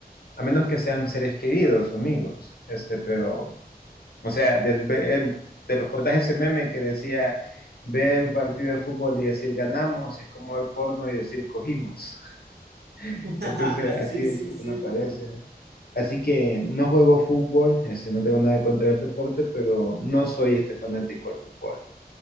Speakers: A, on the left; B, on the right.
A: a menos que sean seres queridos o amigos, este, pero o sea, de, te recordás ese meme que decía ver un partido de fútbol y decir ganamos es como ver porno y decir cogimos. <laughs>
B: <laughs>
A: Entonces, así
B: Sí,
A: de
B: sí,
A: chico
B: sí.
A: me parece. Así que no juego fútbol, este, no tengo nada contra el deporte, pero no soy este fanático al fútbol,